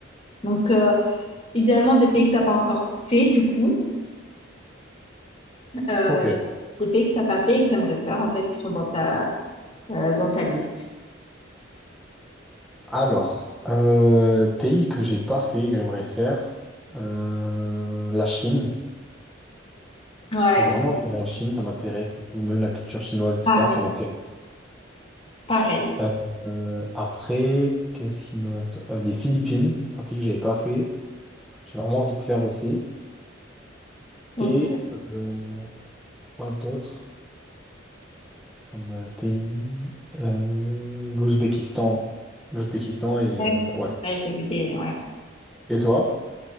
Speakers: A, on the left; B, in the centre.
A: Donc, euh, idéalement des pays que t'as pas encore fait du coup, euh,
B: ok.
A: des pays que t'as pas fait et que t'aimerais faire en fait, qui sont dans ta euh, dans ta liste?
B: Alors, euh, pays que j'ai pas fait, que j'aimerais faire, euh, la Chine.
A: Ouais,
B: J'ai vraiment envie d'aller en Chine, ça m'intéresse et tout, même la culture chinoise, etc.,
A: pareil,
B: ça m'intéresse.
A: pareil.
B: Euh, euh, après, qu'est-ce qui me reste? Euh, les Philippines, c'est un pays que j'avais pas fait, j'ai vraiment envie de faire aussi.
A: Ok.
B: Et euh, quoi d'autre comme euh, pays? Euh, l'Ouzbékistan. L'Ouzbékistan et
A: Ouais,
B: euh, ouais.
A: Ouais, j'ai vu des... Ouais.
B: Et toi?